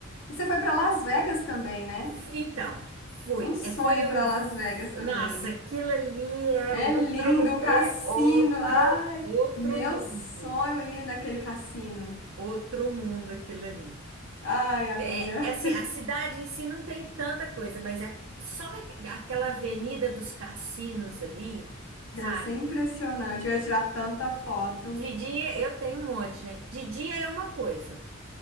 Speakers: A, on the left; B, on the right.
A: E você foi para Las Vegas também, né?
B: Fui- Então, fui.
A: Um sonho
B: É, foi o.
A: para Las Vegas também.
B: Nossa, aquilo ali é
A: É
B: outro,
A: lindo o
B: é
A: cassino.
B: outro,
A: Ai,
B: outro
A: meu
B: mundo.
A: sonho ir naquele cassino.
B: Outro mundo aquilo ali.
A: Ai, amiga,
B: É, é assim, a cidade em si não tem tanta coisa, mas é só aqu- aquela avenida dos cassinos ali, sabe?
A: deve ser impressionante. Eu ia tirar tanta foto
B: De dia, eu tenho um monte, né? De dia é uma coisa.